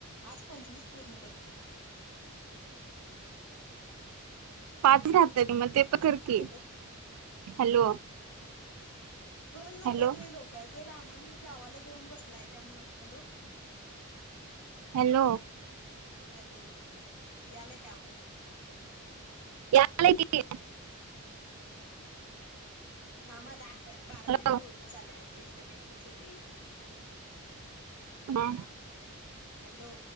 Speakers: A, on the left; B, on the right.
A: आज पंचवीस पूर्ण करतो.
B: पाच राहत्यात मग ते पण कर की
A: हॅलो
B: हॅलो
A: कल नकोत
B: हॅलो
A: व्हय लोक तो रामानन गावाला जाऊन बसलाय त्यामूळ हॅलो
B: हॅलो
A: हॅलो यालाय का आवाज
B: यालाय की <inaudible>
A: थांब आता आक बारा
B: हॅलो
A: मिनटं होतच आल्यात डिस्कनेक्टच होतय.
B: हा
A: हॅलो